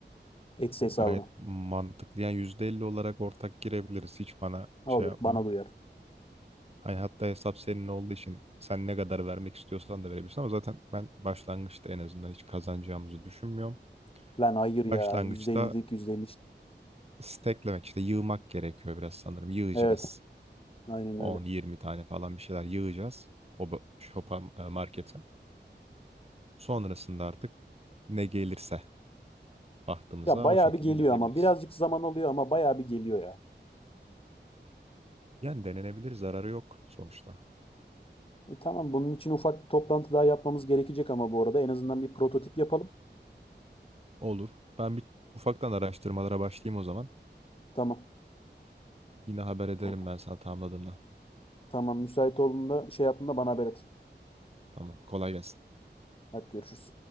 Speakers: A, on the left (about 30°); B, on the right (about 35°).
A: Etsy hesabını.
B: Gayet mantıklı. Yani %50 olarak ortak girebiliriz. Hiç bana
A: Ne
B: şey
A: olur
B: yapma.
A: bana duyar. uyar.
B: Hani hatta hesap senin olduğu için sen ne kadar vermek istiyorsan da verebilirsin ama zaten ben başlangıçta en azından hiç kazanacağımızı düşünmüyorum.
A: Lan hayır ya.
B: Başlangıçta
A: yüzde ellilik %50 işte.
B: steklemek işte yığmak gerekiyor biraz sanırım. Yığacağız.
A: Evet. Aynen
B: On,
A: öyle.
B: yirmi tane falan bir şeyler yığacağız. O bu- shop'a e, markete. Sonrasında artık ne gelirse bahtımıza
A: Ya bayağı
B: o şekilde
A: bir geliyor
B: ilerleyebiliriz.
A: ama. Birazcık zaman alıyor ama bayağı bir geliyor ya.
B: Yani denenebilir, zararı yok sonuçta.
A: E, tamam bunun için ufak bir toplantı daha yapmamız gerekecek ama bu arada en azından bir prototip yapalım.
B: Olur. Ben bir ufaktan araştırmalara başlayayım o zaman.
A: Tamam.
B: Yine haber ederim
A: O-
B: ben sana tamamladığımda.
A: Tamam müsait olduğunda şey yaptığında bana haber et.
B: Tamam, kolay gelsin.
A: Hadi görüşürüz.